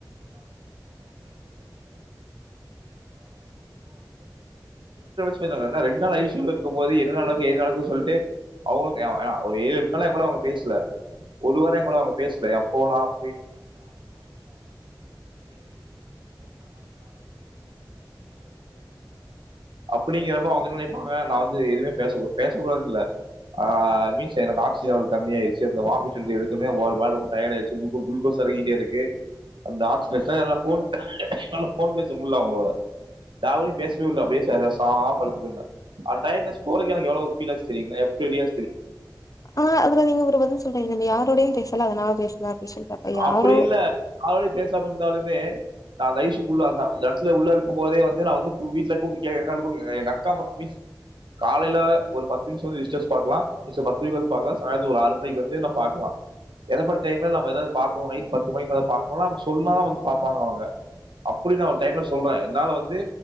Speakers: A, on the right (about 90°); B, on the left (about 45°).
A: <unintelligible> ரெண்டு நாள் ஐசியூ ல இருக்கும் போது என்ன நடக்கு ஏது நடக்குனு சொல்ட்டு அவுங்களுக்கு ஏ ஆஹ் ஒரு ஏழு <unintelligible> அவுங்க பேசல ஒரு வாரோ என்கூட அவுங்கபேசல என் ஃபோனு ஆஃப் அப்டிங்கிறப்ப அவுங்க என்ன நெனைப்பாங்க நான் வந்து எதுமே பேச பேச கூடாதுனு இல்ல ஆஹ் மீன்ஸ் எனக்கு ஆக்சிஜன் லெவல் கம்மியாயிடுச்சு இந்த வாமிட் வந்து எடுத்தனே ரொம்போ டயர்டாயிடுச்சு குளுகோஸ் இறங்கிட்டே இருக்கு அந்த ஆக்சிஜன் என்னால போன் போன் பேச முடில அவுங்களோட யாரோடயு பேசவே இல்ல அப்டியே பாடாபடுத்திட்டாங்க அந்த டயர்ட்நெஸ் போறதுக்கு எனக்கு எவ்ளோ ஃபீல் ஆச்சு தெரிங்களா
B: ஆ அதுல நீங்க ஒரு பதில் சொல்றீங்க யாரோடையு பேசல அதனால பேசல அப்டி சொல்ட்டு அப்ப யாரோ
A: அப்டி இல்ல அவளே பேசாம இருந்தாலு நா லைஃப்க்கு உள்ள அந்த இடத்துல உள்ள இருக்கு போதே வந்து நா வந்து வீட்டுல கூப்ட்டு கேக்குறே எங்க அக்கா மீன்ஸ் காலைல ஒரு பத்து நிமிஷோ <unintelligible> பாக்கலா பத்து வந்து பாக்கலா சாயந்தரோ ஒரு ஆறு மணிக்கு வந்து என்ன பாக்கலா <unintelligible> டைம்ல நாம ஏதாவது பாக்கணு நைட் பத்து மணி மேல பாக்கணு நா சொன்னாலே வந்து பாப்பாங்க அவுங்க அப்டி தா டைம் சொல்றே என்னால வந்து